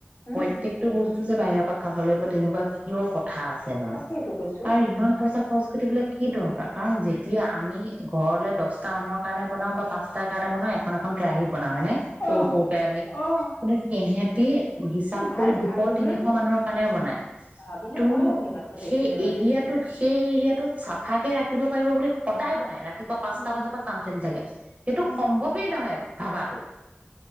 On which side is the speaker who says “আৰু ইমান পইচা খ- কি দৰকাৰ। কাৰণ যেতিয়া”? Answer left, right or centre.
Right